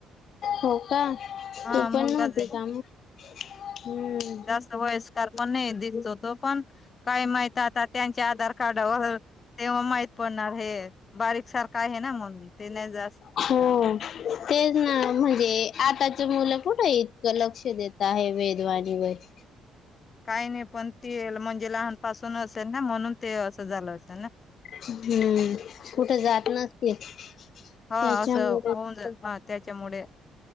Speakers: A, on the left; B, on the left.
A: हो का,
B: हा
A: तू पण
B: मुलगाच
A: नव्हती
B: आहे
A: का मग? हम्म
B: जास्त वयस्कर पण नाही दिसतो तो पण काय माहित आता त्यांच्या आधार कार्डवर तेव्हा माहित पडणार हे बारीक सारखं आहे ना मग ते नाही जास्त
A: हो तेच ना म्हणजे आताची मुलं कुठे इतकं लक्ष देत आहे वेधवाणीवर. <inaudible>
B: काही नाही पण ते म्हणजे लहानपासून असेल ना म्हणून ते असं झालं असेल ना?
A: हम्म कुठे जात नसतील,
B: हा
A: त्याच्यामुळे
B: असं होऊन जाईल हा त्याच्यामुळे